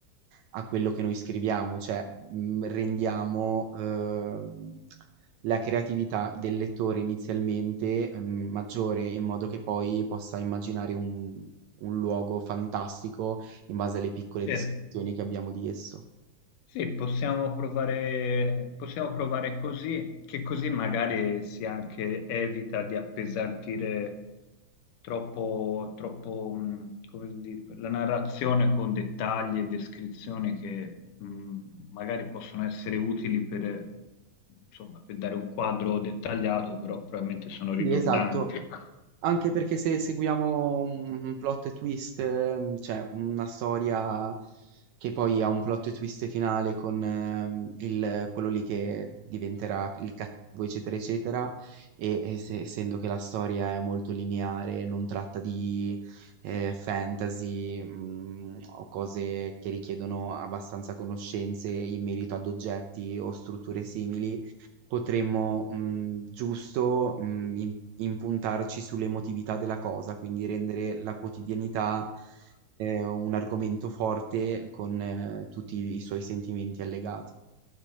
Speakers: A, on the right; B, on the left.
A: a quello che noi scriviamo, cioè, mhmm, rendiamo, uhm, la creatività del lettore inizialmente, mhmm, maggiore in modo che poi possa immaginare un un luogo fantastico in base alle piccole
B: sì.
A: descrizioni che abbiamo di esso.
B: Sì, possiamo provare, possiamo provare così, che così magari si anche evita di appesantire troppo, troppo, mh, come dire, la narrazione con dettagli e descrizioni che mh, magari possono essere utili per, insomma, per dare un quadro dettagliato, però probabilmente sono
A: Sì,
B: ridondanti.
A: esatto.
B: ecco.
A: Anche perché se seguiamo un plot twist, ehm, cioè una storia che poi ha un plot twist finale con ehm, il- quello lì che diventerà il cattivo, eccetera, eccetera, e, e se- essendo che la storia è molto lineare, non tratta di eh, fantasy mm, o cose che richiedono abbastanza conoscenze in merito ad oggetti o strutture simili, Potremmo, mhmm, giusto, mhmm, im impuntarci sull'emotività della cosa, quindi rendere la quotidianità, ehm, un argomento forte con eh, tutti i suoi sentimenti allegati.